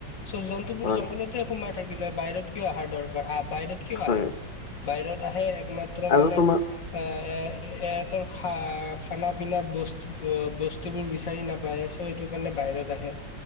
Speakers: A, on the left; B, on the left.
A: চ জন্তুবোৰ
B: হয়
A: জংঘলতে সোমাই থাকিলে বাহিৰত কিয় অহাৰ দৰকাৰ আহ বাহিৰত কিয়
B: হয়
A: আহে বাহিৰত আহে একমাত্ৰ
B: আৰু
A: মানে
B: তোমাৰ
A: এ এ এহ তৰ খা-খানা পিনা বস্তু বস্তু বোৰ বিচাৰি নাপায়, চ' এইটো কাৰণে বাহিৰত আহে,